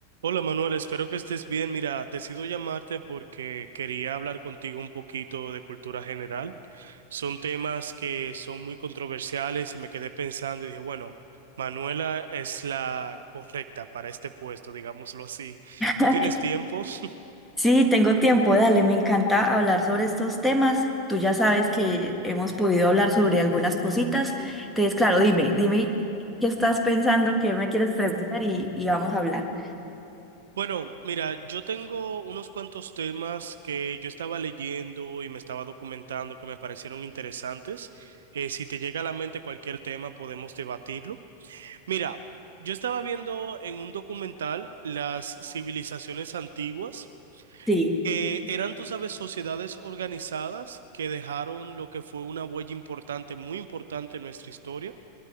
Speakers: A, on the right; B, in the centre.
A: Hola Manuel, espero que estés bien. Mira, decido llamarte porque quería hablar contigo un poquito de cultura general. Son temas que son muy controversiales y me quedé pensando y dije, bueno, Manuela es la correcta para este puesto, digámoslo así. ¿Tú
B: Ok.
A: tienes tiempo? <laughs>
B: Sí, tengo tiempo, dale, me encanta hablar sobre estos temas. Tú ya sabes que hemos podido hablar sobre algunas cositas. Entonces, claro, dime, dime qué estás pensando, qué me quieres preguntar y, y vamos a hablar.
A: Bueno, mira, yo tengo unos cuantos temas que yo estaba leyendo y me estaba documentando que me parecieron interesantes. Eh, si te llega a la mente cualquier tema, podemos debatirlo. Mira, yo estaba viendo en un documental las civilizaciones antiguas,
B: Sí,
A: que eran, tú sabes, sociedades organizadas que dejaron lo que fue una huella importante, muy importante en nuestra historia.